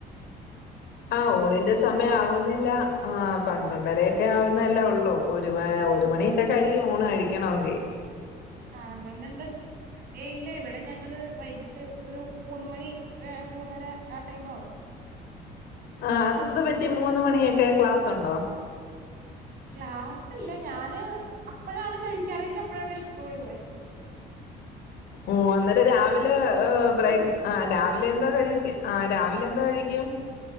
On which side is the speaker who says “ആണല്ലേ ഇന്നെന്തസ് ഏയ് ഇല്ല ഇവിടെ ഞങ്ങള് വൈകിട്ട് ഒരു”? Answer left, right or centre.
Right